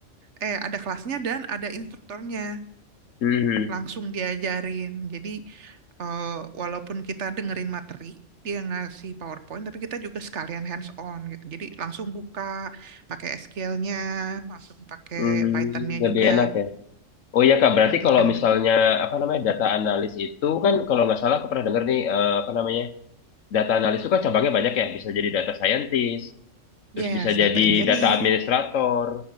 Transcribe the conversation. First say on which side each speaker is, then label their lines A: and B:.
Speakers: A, on the right; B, on the left.
A: eh ada kelasnya dan ada instrukturnya
B: hmm. Hmm,
A: langsung diajarin. Jadi eh, walaupun kita dengerin materi, dia ngasih PowerPoint tapi kita juga sekalian hands on gitu. Jadi langsung buka pakai SQL-nya, langsung pakai
B: Hmm,
A: Python-nya
B: lebih
A: juga.
B: enak ya. Oh iya Kak, berarti
A: Mm,
B: kalau
A: enak.
B: misalnya apa namanya data analis itu kan kalau nggak salah aku pernah dengar nih eh, apa namanya data analis itu kan cabangnya banyak ya. Bisa jadi data scientist,
A: Yes,
B: terus bisa
A: data
B: jadi
A: engineer.
B: data administrator.